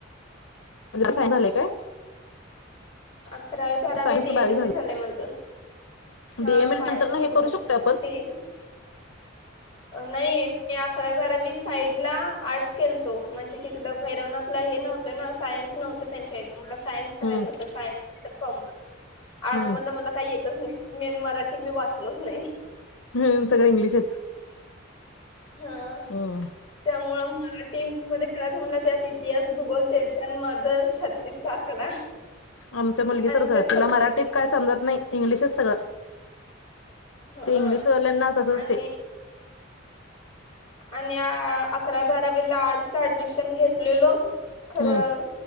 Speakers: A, on the left; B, on the left.
A: पन्तस <unintelligible> झालंय काय?
B: अकरावी बारावी
A: सायन्स
B: डीए मए
A: झालं
B: लडी झालंय माझं. हा
A: डीएमएल
B: सायन्स
A: नंतर ना
B: मधूनच
A: हे करू शकतो आपण
B: तेम. नाही मी अकरावी बारावी साईड ला आर्ट्स केलतो म्हणजे तिकडं भैरवनाथला हे नव्हतं. ना सायन्स नव्हतं त्यांच्या इथ मला सायन्स करायच
A: हम्म,
B: होत सायन्स कॉमर्स आर्ट्स
A: हम्म.
B: मधलं मला काही येतच नाही. मेन मराठी मी वाचलोच नाही.
A: ह सगळं इंग्लिशच.
B: हा
A: हम्म
B: त्यामुळं मराठी. मध्ये खरराच म्हणला त्यात इतिहास भूगोल त्याचण माझं छत्तीस चकना
A: आमच्या मुलगीसारखं
B: अंन ते सब्जेक्ट
A: तिला मराठीत काय समजत नाही इंग्लिशच सगळं
B: हा
A: ते इंग्लिश वल्यांना अस असच
B: आणि
A: ते.
B: आणि अकरावी बारावीला आर्डसला ऍडमिशन घेतलेलो खरं
A: हम्म